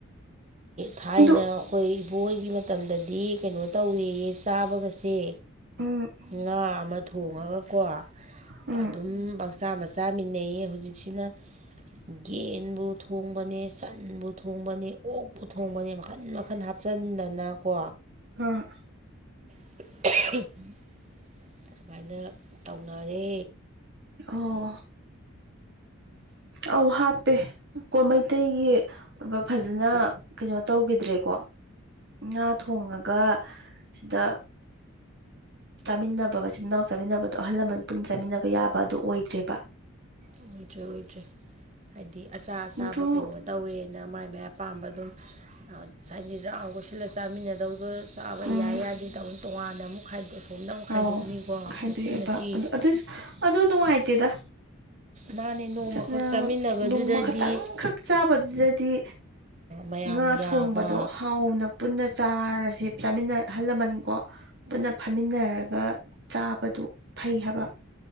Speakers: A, on the right (about 35°); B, on the right (about 55°).
A: ꯊꯥꯏꯅ
B: ꯑꯗꯨ
A: ꯑꯩꯈꯣꯏ ꯏꯕꯣꯍꯣꯏꯒꯤ ꯃꯇꯝꯗꯗꯤ ꯀꯩꯅꯣ ꯇꯧꯌꯦ ꯁꯦ ꯆꯥꯕꯒꯁꯦ
B: ꯎꯝ
A: ꯉꯥ ꯑꯃ ꯊꯣꯡꯉꯒꯀꯣ
B: ꯎꯝ
A: ꯑꯗꯨꯝ ꯄꯪꯆꯥꯥ ꯃꯆꯥꯃꯤꯟꯅꯩꯌꯦ ꯍꯧꯖꯤꯛꯁꯤꯅ ꯌꯦꯟꯕꯨ ꯊꯣꯡꯕꯅꯦ ꯁꯟꯕꯨ ꯊꯣꯡ ꯊꯣꯡꯕꯅꯦ ꯑꯣꯛ ꯑꯣꯛꯄꯨ ꯊꯣꯡꯕꯅꯦ ꯃꯈꯟ ꯃꯈꯟ ꯍꯥꯞꯆꯟꯗꯅꯀꯣ
B: ꯑ
A: <unintelligible> ꯁꯨꯃꯥꯏꯅ ꯇꯧꯅꯔꯦ
B: ꯑꯣ ꯑꯧ ꯍꯥꯞꯄꯦ ꯀꯣ ꯃꯩꯇꯩꯒꯤ ꯐꯖꯅ ꯀꯩꯅꯣ ꯇꯧꯒꯤꯗ꯭ꯔꯦꯀꯣ ꯉꯥ ꯊꯣꯡꯉꯒ ꯁꯤꯗ ꯆꯥꯃꯤꯟꯅꯕ ꯃꯆꯤꯟ ꯃꯅꯥꯎ ꯆꯥꯃꯤꯟꯅꯕꯗꯣ ꯑꯍꯜ ꯂꯃꯟ ꯄꯨꯟ ꯆꯥꯃꯤꯟꯅꯕ ꯌꯥꯕꯗꯣ ꯑꯣꯏꯗ꯭ꯔꯦꯕ
A: ꯑꯣꯏꯗ꯭ꯔꯦ ꯑꯣꯏꯗ꯭ꯔꯦ ꯍꯥꯏꯗꯤ ꯑꯆꯥ ꯑꯆꯥꯥꯕ
B: ꯑꯗꯨ
A: ꯀꯩꯅꯣ ꯇꯧꯋꯦꯅ ꯃꯥꯏ ꯃꯥꯏ ꯄꯥꯝꯕ ꯑꯗꯨꯝ ꯍꯥꯏꯗꯤ ꯔꯥꯎꯟ ꯀꯣꯏꯁꯤꯜꯂꯒ ꯆꯥꯃꯤꯟꯅꯗꯧꯗꯣ ꯆꯥꯕ
B: ꯎꯝ
A: ꯌꯥꯏ ꯌꯥꯗꯦ ꯇꯧꯅ ꯇꯣꯉꯥꯟꯅ ꯑꯃꯨꯛ ꯈꯥꯏꯗꯣꯛ ꯁꯣꯝꯗ ꯑꯃꯨꯛ
B: ꯑꯧ
A: ꯈꯥꯏꯗꯣꯛꯅꯤꯀꯣ
B: ꯈꯥꯏꯗꯣꯛꯑꯦꯕ
A: ꯃꯆꯤ ꯃꯆꯤ
B: ꯑꯗꯨ ꯑꯗꯨꯏꯁꯨ ꯑꯗꯨ ꯅꯨꯡꯉꯥꯏꯇꯦꯗ
A: ꯃꯥꯅꯦ ꯅꯣꯡꯃꯈꯛ
B: ꯆꯠꯅ
A: ꯆꯥꯃꯤꯟꯅꯕꯗꯨꯗꯗꯤ
B: ꯅꯣꯡꯃ ꯈꯛꯇꯪ ꯈꯛ ꯆꯥꯕꯗꯨꯗꯗꯤ
A: ꯃꯌꯥꯝ
B: ꯉꯥ ꯊꯣꯡꯕꯗꯣ
A: ꯌꯥꯕ
B: ꯍꯥꯎꯅ ꯄꯨꯟꯅ ꯆꯥꯔꯁꯦ ꯆꯥꯃꯤꯟꯅ ꯑꯍꯜ ꯂꯃꯟꯀꯣ ꯄꯨꯟꯅ ꯐꯝꯃꯤꯟꯅꯔꯒ ꯆꯥꯕꯗꯨ ꯐꯩ ꯍꯥꯏꯕ